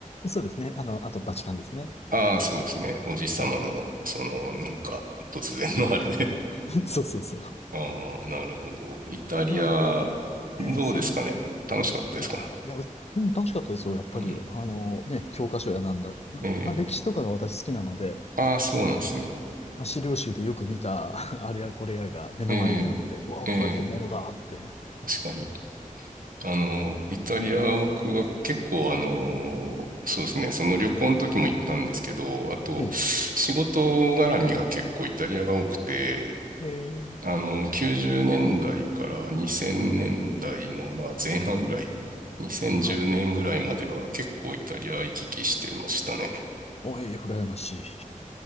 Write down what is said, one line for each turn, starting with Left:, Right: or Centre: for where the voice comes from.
Left: えそうですね。あの、あと、バチカンですね。
Right: ああ、そうですね。おじいさまの、
Left: うん
Right: その、なんか、突然のあれで。
Left: <laughs> そうそうそう。
Right: <laughs> ああ、なるほど。イタリア、
Left: まあ、でも、ええ鮮明に、
Right: どうですかね。楽しかったですかね。
Left: いや、いや、うん、楽しかったですよ。やっぱり、
Right: うん。
Left: あのね、教科書やなんだ。
Right: ええ、
Left: まあ、歴史とかが私好きなので、
Right: ああ、そうなんですね。
Left: まあ、資料集でよく見た <laughs> あれやこれやが目の前にあって、
Right: ええ、
Left: うわ、
Right: ええ、
Left: これ本物だって。
Right: 確かに。あの、イタリアは僕は結構あの、そうですね、その旅行の時も行ったんですけど、あと、
Left: ええ、
Right: 仕事絡みが結構イタリアが多くて、
Left: ええ、
Right: あの、90年代から2000年代のまあ前半ぐらい、
Left: うん、
Right: 2010年ぐらいまでは結構イタリア行き来してましたね。
Left: はい。おい、羨ましい。